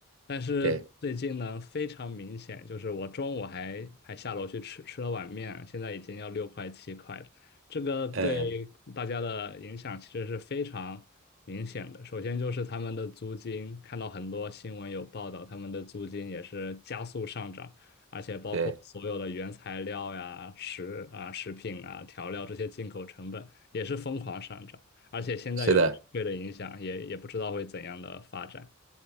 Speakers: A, on the left; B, on the right.
A: 但是最近呢，
B: 对，
A: 非常明显，就是我中午还还下楼去吃吃了碗面，现在已经要六块七块了。这个对大家的影响其实是非常明显的。
B: 嗯。
A: 首先就是他们的租金，看到很多新闻有报道，他们的租金也是加速上涨，而且包括所有的原材料呀、
B: 对，
A: 食啊、食品啊、调料这些进口成本也是疯狂上涨。而且现在有对的影响，
B: 是的，
A: 也也不知道会怎样的发展。